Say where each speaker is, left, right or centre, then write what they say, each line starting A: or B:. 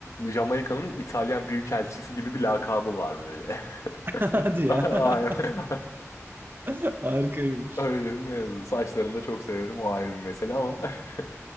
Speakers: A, on the left; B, on the right.
A: Jamaika'nın İtalyan büyükelçisi gibi bir lakabı var böyle.
B: <laughs> Hadi
A: <laughs> Aynen.
B: ya. <laughs>
A: <laughs>
B: <laughs> Harikaymış.
A: Öyle bir mevzu. Saçlarını da çok seviyorum o ayrı bir mesele ama. <laughs>